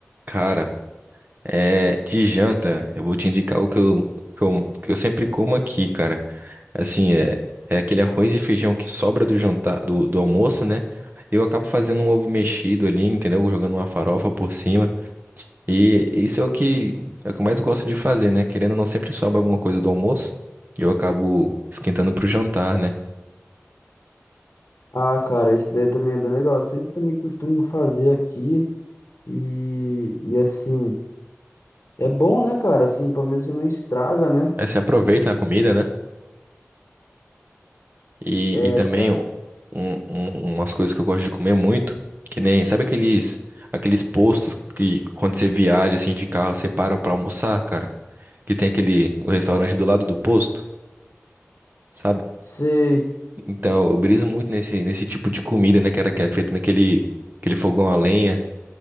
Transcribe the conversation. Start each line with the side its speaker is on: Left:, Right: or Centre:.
Right: Cara, é, de janta, eu vou te indicar o que eu, o que eu, o que eu sempre como aqui, cara. Assim, é, é aquele arroz e feijão que sobra do jantar, do, do almoço, né? Eu acabo fazendo um ovo mexido ali, entendeu? Jogando uma farofa por cima. E isso é o que, é o que eu mais gosto de fazer, né? Querendo ou não, sempre sobra alguma coisa do almoço. e Eu acabo esquentando pro jantar, né?
Left: Ah, cara, isso daí também é bem legal. Eu sempre também costumo fazer aqui e, e assim, é bom, né, cara? Assim, pelo menos você não estraga, né?
Right: Aí você aproveita a comida, né? E,
Left: É,
Right: e também
Left: cara.
Right: um- um- umas coisas que eu gosto de comer muito, que nem, sabe aqueles aqueles postos que quando você viaja assim de carro, você para pra almoçar, cara, que tem aquele o restaurante do lado do posto, sabe?
Left: Sei.
Right: Então, eu briso muito nesse nesse tipo de comida, né, cara, que é feito naquele aquele fogão a lenha.